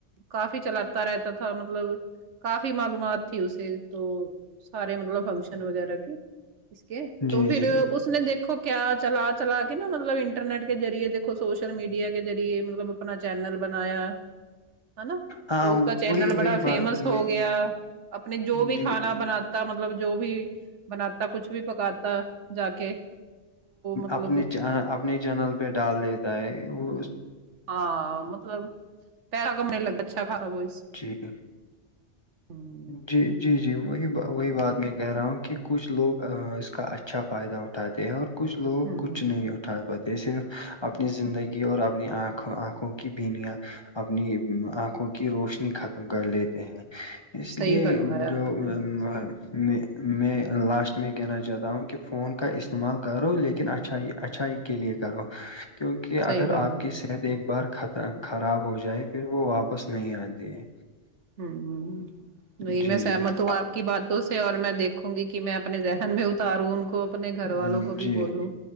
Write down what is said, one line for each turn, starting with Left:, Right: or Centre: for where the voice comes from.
Right: کافی چلاتا رہتا تھا مطلب کافی معلومات تھی اسے تو سارے مطلب فنکشن وغیرہ کے اس کے
Left: جی
Right: تو پھر
Left: جی
Right: اس نے دیکھو کیا چلا چلا کے نا مطلب انٹرنیٹ کے ذریعے دیکو سوشل میڈیا کے ذریعے مطلب اپنا چینل بنایا ہ نا
Left: ہاں
Right: تو اس کا چینل
Left: وہی وہی
Right: بڑا فیمس
Left: بات وہی
Right: ہو گیا اپنے جو بھی
Left: جی
Right: کھانا بناات ت مطلب جو بھی بنااتتا کچھ بھی پکاتتا جا کے مطلب
Left: اپنے اپنے چینل پہ ڈال دیتا ہے وہ
Right: ہاں مطلب پیرا کمنے ل اچھا خراب ہو اس سے
Left: جچھ
Right: ہاں
Left: جی جی جی وہی وہی بات میں کہہ رہا ہوں کہ کچھ لوگ اس کا اچھا فائدہ اٹھا اٹھاتے ہیں اور کچھ لوگ
Right: ہ
Left: کچھ
Right: ہ
Left: نہیں اٹھا پاتے یہ صرف اپنی زندگی اور اپنی آنکھوں آنکھوں کی بینیاں اپنی آنکھوں کی روشنی ختم کر لیتے ہیں اس
Right: صحیح
Left: لیے
Right: فرمایا
Left: جو
Right: آپ
Left: میں
Right: نے
Left: میں لاسٹ میں کہنا چاہتا ہوں کہ فون کا استعمال کرو لیکن اچھا اچھا کے لیے کرو کیونکہ اگر
Right: صحیح فرمایا
Left: آپ کی صحت ایک بار خراب ہو جائے پھر وہ واپس نہیں آتی ہے
Right: ہ ہ نہیں
Left: جی،
Right: میں سہمت
Left: جی
Right: ہوں آپ کی بات سے اور میں دیکھوں گی کہ میں اپنے ذہن میں اتاروں ان کو کو اپنے گھر
Left: جی
Right: والوں کو
Left: جی
Right: بھی بولو